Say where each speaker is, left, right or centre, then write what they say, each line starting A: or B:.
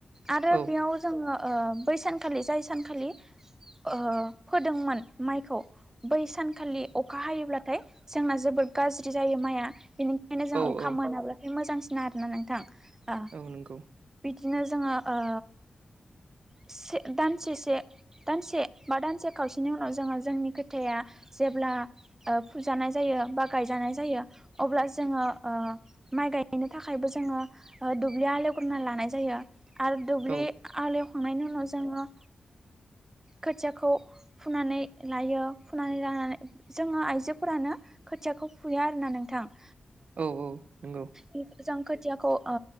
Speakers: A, on the right (about 20°); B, on the right (about 65°).
A: आरो
B: औ
A: बेयाव जोङो ओ बै सानखालि जाय सानखालि ओ फोदोंमोन माइखौ बै सान खालि अखा हायोब्लाथाय जोंना जोबोर गाज्रि जायो माइआ बेनिखायनो
B: औ
A: जों अखा
B: औ
A: मोनाब्ला मोजांसिना आरोना नोंथां
B: नंगौ
A: बिदिनो जोङो ओ से दानसे से दानसे बा दानसे खावसेनि उनाव जोङो जोंनि खोथिया जेब्ला ओ फुजानाय जायो बा गायजानाय जायो अब्ला जोङो ओ माइ गायैनो थाखायबो जोङो दुब्लिया आलेवग्रोना लानाय जायो आरो दुब्लि
B: औ
A: आलेवखांनायनि उनाव जोङो खोथियाखौ फुनानै लायो। फुनानै जानानै जोङो आइजोफोरानो खोथियाखौ फुयो आरोना नोंथां।
B: औ औ नंगौ।
A: बे जों खोथियाखौ ओ